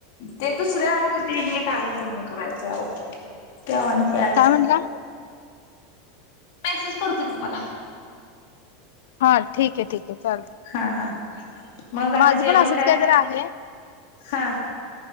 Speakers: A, on the left; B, on the left.
A: ते दुसरे आणि ते एक अजून पूर्ण करायचं आहेह क म्हण का
B: ह
A: मेसेज करतो की तुम्हाला
B: हा ठीक आहे ठीक आहे चालत
A: हा हा मग आता
B: माझं
A: जेवण
B: पण असंच
A: काय
B: काहीतरी आहे
A: हा